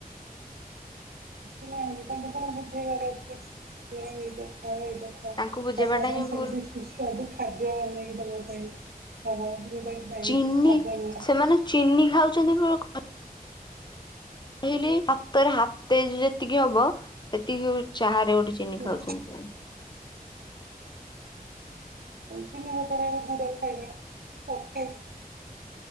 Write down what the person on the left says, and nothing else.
ତାଙ୍କୁ
ବୁଝେଇବାଟା
ହିଁ ଭୁଲ।
ଚିନି
ସେମାନେ <unintelligible> କହିଲି ହାତରେ ହାତେ ଯେତିକି ହବ ସେତିକି ଚାହା ରେ ଗୋଟେ ଚିନି
ଖାଉଛନ୍ତି
ସେମାନେ।